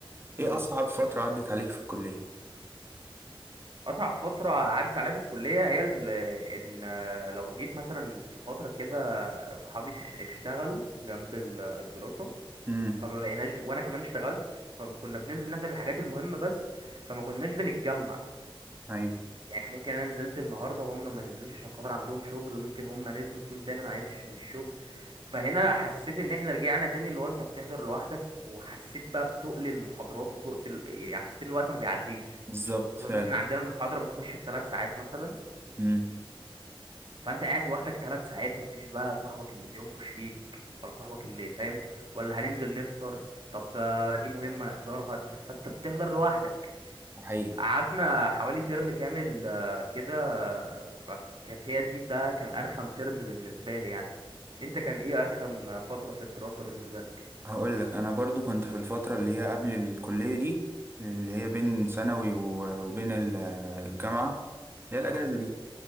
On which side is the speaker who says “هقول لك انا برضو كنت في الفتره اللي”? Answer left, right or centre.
Right